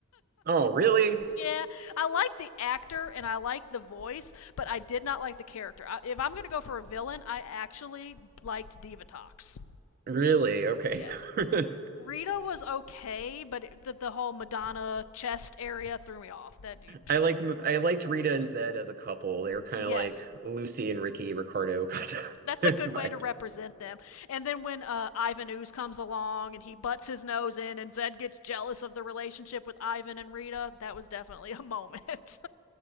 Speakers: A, on the right (about 45°); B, on the left (about 80°).
A: Oh, really?
B: Yeah, I like the actor and I like the voice, but I did not like the character. I, if I'm going to go for a villain, I actually liked Divatox.
A: Really? Okay.
B: Yes.
A: <laughs>
B: Rita was okay, but it, the, the whole Madonna chest area threw me off. That dude.
A: I like I liked Rita and Zed as a couple. They were kind
B: Yes,
A: of like Lucy and Ricky Ricardo kind of <laughs>
B: that's a good
A: vibe.
B: way to represent them. And then when uh, Ivan Ooze comes along and he butts his nose in, and Zed gets jealous of the relationship with Ivan and Rita, that was definitely a moment.